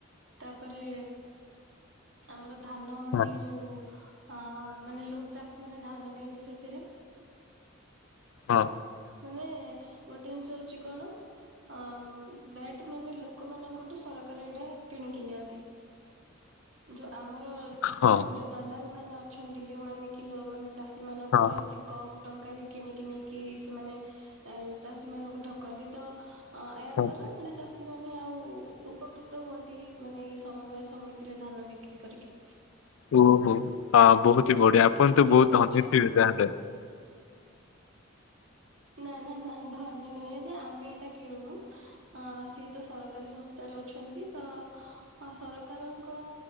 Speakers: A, on the right; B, on the left.
A: ତାପରେ ଆମର ଧାନ ମଣ୍ଡି
B: ହଁ
A: ଯୋଉ ହ ମାନେ ଲୁକଚାଷୀ ମାନେ ଧାନ ଦିଅନ୍ତି ସେଥିରେ।
B: ହଁ
A: ମାନେ ଗୋଟେ ଜିନିଷ ହଉଛି କଣ? ହ ମାନେ ବେଟେ ଲୋକମାନଙ୍କଠୁ ସର ତାଙ୍କର ଏଇଟା କିଣିକି ନିଅନ୍ତି। ଯଉ ଆମର
B: ହଁ।
A: ଯୋଉ ଦଲାଲ ମାନେ ଅଛନ୍ତି, ଯୋଉମାନେ ଲୋ କି ମାନେ ଚାଷୀ ମାନଙ୍କଠୁ
B: ହଁ
A: ଏମତି କମ ଟଙ୍କାରେ କିଣିକି ନେଇକି ସେମାନେ ଚାଷୀ ମାନଙ୍କୁ ଠକନ୍ତି? ତ ଅ ଏହା
B: ହଁ,
A: ଦ୍ଵାରା ମାନେ ଚାଷୀ ମାନେ ଆଉ ଉପ ଉପକୃତ ହୁଅନ୍ତି, ମାନେ ଏଇ ସମବାୟ ସମିତିରେ ଧାନ ବିକ୍ରି କରିକି।
B: ଓହୋ। ହ ବହୁତ ହି ବଢିଆ। ଆପଣ
A: ସେଥିରେ
B: ତ ବହୁତ
A: ସେ
B: ଧନୀ
A: ଅଛନ୍ତି।
B: ଥିବେ ତାହେଲେ।
A: ନା ନା ନା ଧନୀ ନୁହେଁ ଯେ ଆମେ ଏଇଟା କିଣୁନୁ। ଅ ସିଏ ତ ସରକାରୀ ସଂସ୍ଥାରେ ଅଛନ୍ତି। ତ ଅ ସରକାରଙ୍କ